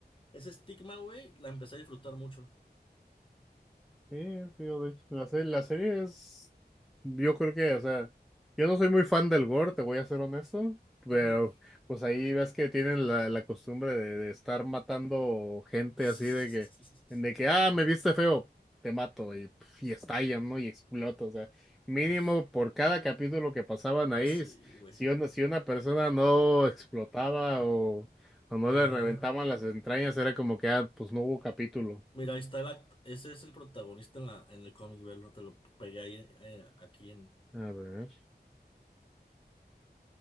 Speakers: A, on the left; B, in the centre.
A: ese estigma, güey, la empecé a disfrutar mucho.
B: Sí, tío, de hecho, la serie, la serie es, yo creo que, o sea, yo no soy muy fan del gore, te voy a ser honesto, pero
A: Ujú.
B: pues ahí ves que tienen la, la costumbre de, de estar matando gente
A: <laughs>
B: así de que, de que, ah, me viste feo, te mato, y, pf, y estallan, ¿no? Y explota, o sea, mínimo
A: Pues,
B: por cada capítulo que pasaban ahí,
A: así,
B: s-
A: güey.
B: si una, si una persona no explotaba o, o no
A: Ajá.
B: le reventaban las entrañas, era como que, ah, pues no hubo capítulo.
A: Mira, ahí está el act- Ese es el protagonista en la, en el cómic, velo. Te lo pegué ahí, eh, aquí en...
B: A ver.